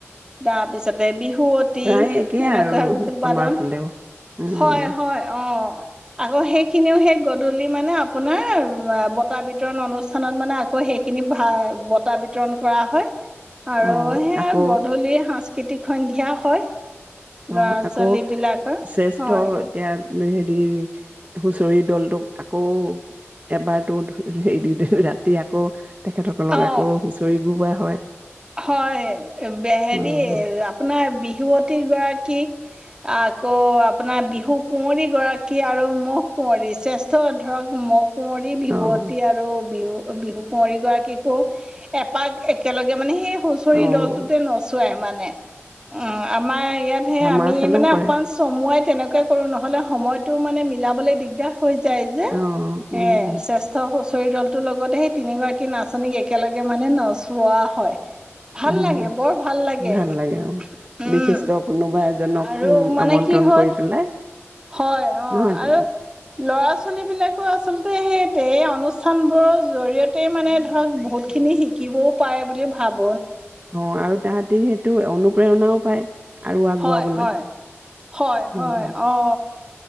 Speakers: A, on the right; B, on the right.
A: তাৰপিছতে বিহু- বিহুৱতী
B: প্ৰায় একেই
A: এনেকুৱা
B: আৰু
A: ঢোল-বাদন,
B: আমাৰ ফালেও। উম,
A: হয়- হয় অ- আকৌ সেইখিনিও সেই গ- গধূলি মানে আপোনাৰ বটা- বিতৰণ অনুষ্ঠানত মানে আকৌ সেইখিনি বটা- বিতৰণ কৰা হয়। আৰু
B: অ',
A: সেয়া
B: আকৌ
A: গধূলি স- সাংস্কৃতিক সন্ধিয়া হয়। ল'ৰা
B: অ-আকৌ
A: ছোৱালীবিলাকৰ
B: শ্ৰেষ্ঠ
A: হয়
B: এতিয়া- হেৰি হুচৰি দলটোক আকৌ- এবাৰতো হে-ৰাতি আকৌ- তেখেতসকলক
A: অঁ
B: আকৌ হুঁচৰি গোৱা - হয়।
A: হয়- হেৰি-
B: অ',
A: আপোনাৰ বি- বিহুৱতী গৰাকীক, আকৌ আপোনাৰ বিহু কুঁৱৰীগৰাকী আৰু মৌ কুঁৱৰী শ্ৰেষ্ঠ ধৰক মৌ- কুঁৱৰী বিহুৱতী
B: অ',
A: আৰু বিহু। বিহু কুঁৱৰীগৰাকীকো- এপাক একেলগে- মানে সেই হুঁচৰি
B: অ',
A: দলটোতে নচোৱাই। সমানে- অ আমাৰ ইয়াত সেই
B: আমাৰ
A: আমি
B: ফালেও
A: মানে
B: কৰে।
A: অকমান চমুৱাই- তেনেকৈ কৰোঁ নহ'লে সময়টো মানে মিলাবলৈ দিগদাৰ। হৈ যায় যে
B: অ',
A: সেয়ে
B: উম,
A: শ্ৰেষ্ঠ হুচৰিদল- টোৰ লগতে, সেই তিনিগৰাকী নাচনীক একেলগে মানে নচোৱা হয়। ভাল
B: উম
A: লাগে বৰ লাগে
B: ভাল লাগে‌ অ'
A: উম
B: বিশিষ্ট কোনোবা এজনক
A: আৰু
B: উম
A: মানে
B: আমন্ত্ৰণ
A: কি হয়
B: কৰি পেলাই
A: হয় অ‌
B: নহয় জানো
A: আৰু ল'ৰা-ছোৱালীবিলাক আচলতে, সেই অনুষ্ঠানবোৰৰ জৰিয়তে মানে, ধৰক বহুতখিনি শিকিবও পাৰে বুলি ভাৱো
B: অ', আৰু তাহঁতি সেইটো অনুপ্ৰেৰণাও পায়। আৰু আগুৱাবলৈ
A: হয়, হয়, হয়, হয়।,
B: উম
A: অ'।